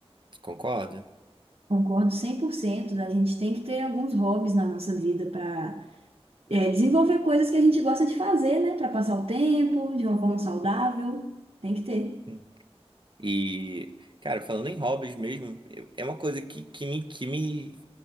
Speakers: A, on the right (about 50°); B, on the right (about 70°).
A: Tu concorda?
B: Concordo 100%. a gente tem que ter alguns hobbies na nossa vida para desenvolver coisas que a gente gosta de fazer, né? Para passar o tempo de uma forma saudável, tem que ter.
A: Hum. E, cara, falando em hobbies mesmo, eu- é uma coisa que, que me, que me